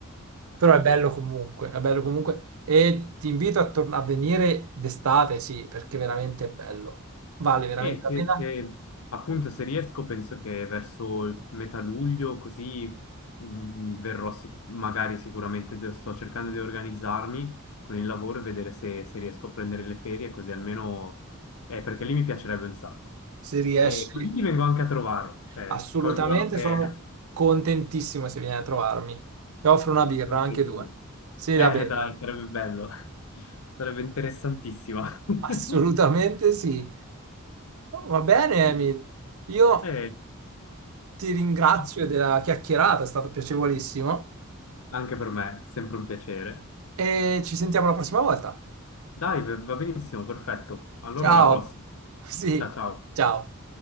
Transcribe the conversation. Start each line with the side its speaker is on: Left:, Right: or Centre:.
Right: però è bello comunque, è bello comunque. E ti invito a, tor- a venire d'estate, sì, perché veramente è bello. Vale veramente
Left: E
Right: la
Left: se,
Right: pena.
Left: se- appunto se riesco penso che verso il metà luglio così mh, verrò sic- magari sicuramente de- sto cercando di organizzarmi con il lavoro e vedere se, se riesco a prendere le ferie così almeno eh, perché lì mi piacerebbe un sacco.
Right: Se riesci,
Left: E così ti vengo anche a trovare, cioè
Right: assolutamente,
Left: colgo anche,
Right: sono contentissimo se vieni a trovarmi. Ti offro
Left: <laughs>
Right: una
Left: colgo
Right: birra,
Left: anche
Right: anche
Left: l'occasione.
Right: due. Sì,
Left: Eh
Right: la bevi.
Left: dai,
Right: <laughs>
Left: sarebbe bello, <laughs> sarebbe interessantissimo.
Right: Assolutamente
Left: <laughs>
Right: sì. Va bene,
Left: Sì.
Right: Emil. Io
Left: Eh,
Right: ti ringrazio
Left: ok.
Right: della chiacchierata, è stato piacevolissimo
Left: Anche per me, sempre un piacere.
Right: e ci sentiamo la prossima volta.
Left: Dai, va va benissimo, perfetto. Allora
Right: Ciao.
Left: alla prossima.
Right: Sì,
Left: Ciao ciao.
Right: ciao.